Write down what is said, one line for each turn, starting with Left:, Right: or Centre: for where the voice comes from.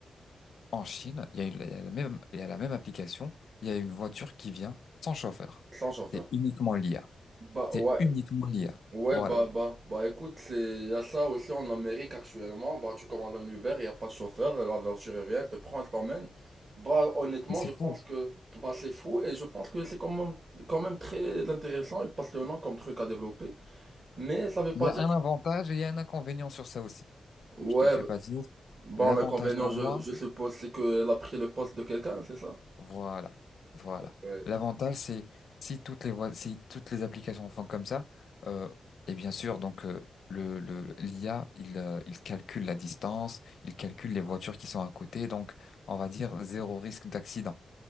Left: En Chine, il y a, eu- il y a la même, il y a la même application, il y a une voiture qui vient sans chauffeur.
Right: Sans chauffeur.
Left: C'est uniquement l'IA.
Right: Bah
Left: C'est
Right: ouais,
Left: uniquement l'IA.
Right: ouais
Left: Voilà.
Right: bah Ouais. bah bah écoute, c'est- il y a ça aussi en Amérique actuellement, bah tu commandes un Uber, il y a pas de chauffeur, la voiture elle vient, elle te prend, elle t'emmène. Bah honnêtement,
Left: Mais c'est
Right: je pense
Left: fou.
Right: que bah c'est fou et je pense que c'est quand même quand même très intéressant et passionnant comme truc à développer, mais ça veut
Left: Il
Right: pas
Left: y a
Right: dire
Left: un avantage et il y a un inconvénient sur ça aussi.
Right: Ouais,
Left: Je te le fais pas dire.
Right: bon
Left: L'avantage
Right: l'inconvénient
Left: pour
Right: je
Left: moi,
Right: je suppose c'est qu'elle a pris le poste de quelqu'un, c'est ça?
Left: voilà. Voilà.
Right: Ouais.
Left: L'avantage, c'est si toutes les voies- si toutes les applications font comme ça, euh, et bien sûr, donc, euh, le, le, l'IA, il, euh, il calcule la distance, il calcule les voitures qui sont à côté, donc, on va dire zéro risque d'accident.